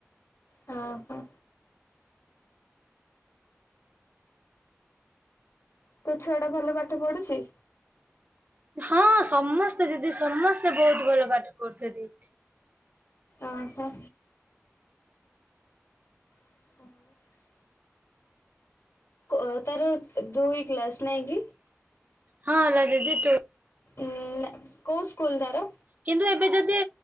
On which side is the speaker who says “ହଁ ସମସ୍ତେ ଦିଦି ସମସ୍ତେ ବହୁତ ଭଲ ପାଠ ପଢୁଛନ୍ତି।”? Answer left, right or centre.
Right